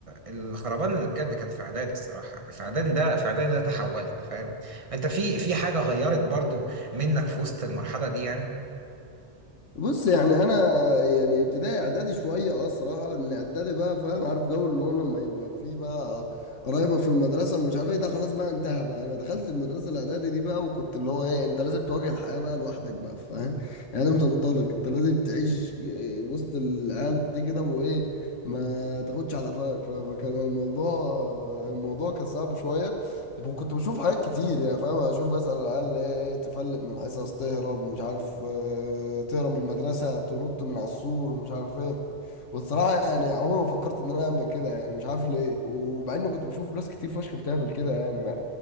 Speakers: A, on the right; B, on the left.
A: الخربان اللي بجد كان في اعدادي الصراحه انا في اعدادي ده في اعدادي ده تحولت فاهم انت في في حاجه غيرت برضو منك في وسط المرحله دي يعني
B: بص يعني انا يعني ابتدائي اعدادي شويه اه صراحه ان اعدادي بقى فاهم عارف جو اللي هو لما يبقى فيه بقى قرايبك في المدرسه ومش عارف ايه ده خلاص بقى انتهى بقى انا دخلت المدرسه الاعدادي دي بقى وكنت اللي هو ايه انت لازم تواجه الحياه بقى لوحدك بقى فاهم يعني لازم تنطلق انت لازم تعيش إيه وسط العيال دي كده وايه ما تاخدش على قفاك ف- فكان الموضوع الموضوع كان صعب شويه ب- كنت بشوف حاجات كتير يعني فاهم اشوف بسأل العيال اللي هي ايه تفلق من الحصص تهرب مش عارف آه، تهرب من المدرسة تنط من على السور مش عارف ايه والصراحة يعني عمري ما فكرت ان انا اعمل كده يعني مش عارف ليه و- ومع اني كنت بشوف ناس كتير فشخ بتعمل كده يعني ما-